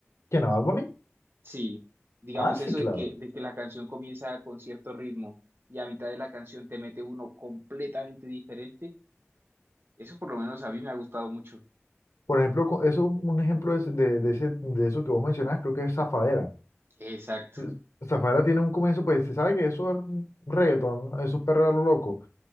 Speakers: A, on the left; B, on the right.
A: ¿Quién a Bad Bunny?
B: sí, digamos
A: Ah, sí,
B: eso
A: claro.
B: de que, de que la canción comienza con cierto ritmo y a mitad de la canción te mete uno completamente diferente, eso por lo menos a mí me ha gustado mucho.
A: Por ejemplo, co- eso, un ejemplo es de, de, ese, de eso que vos mencionás, creo que es Zafaera.
B: Exacto.
A: Es- Zafaera tiene un comienzo, pues se sabe que eso es reggaetón, eso es perreo a lo loco